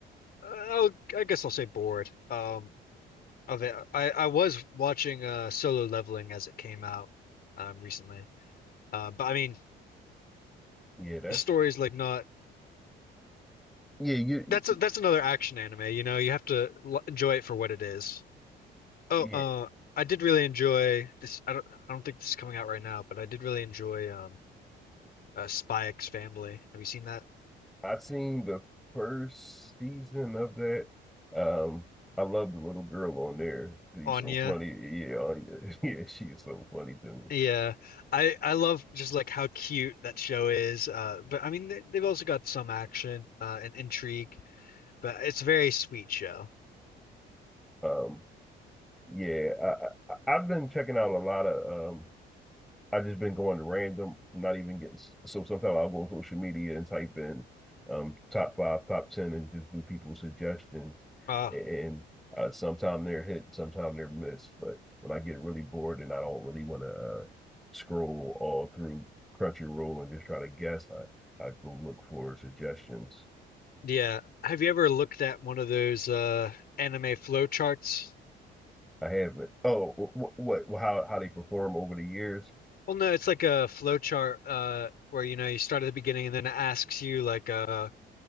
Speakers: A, on the left; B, in the centre.
A: I'll, I guess I'll say bored um, of it. I, I was watching uh, Solo Leveling as it came out um, recently, uh, but I mean,
B: Yeah, that's
A: the story's like not
B: yeah, you
A: that's a, that's another action anime. You know, you have to l enjoy it for what it is. Oh,
B: yeah.
A: uh, I did really enjoy this. I don't I don't think this is coming out right now, but I did really enjoy um, uh, Spy X Family. Have you seen that?
B: I seen the first season of that. Um, I love the little girl on there. She's
A: Anya.
B: so funny. Yeah, Anya. <laughs> Yeah, she is so funny to me.
A: Yeah, I I love just like how cute that show is. Uh, but I mean, they, they've also got some action uh, and intrigue. but it's a very sweet show.
B: Um, yeah, I, I I've been checking out a lot of um I've just been going random, not even getting so sometimes I'll go on social media and type in um top five, top ten and just do people's suggestions.
A: Oh,
B: And uh, sometimes they're hit, sometimes they're missed. But when I get really bored and I don't really want to uh, scroll all through Crunchyroll and just try to guess, I, I go look for suggestions.
A: yeah. Have you ever looked at one of those uh anime flow charts?
B: I haven't. Oh, what, what how how they perform over the years?
A: Well, no, it's like a flow chart uh where you know you start at the beginning and then it asks you like uh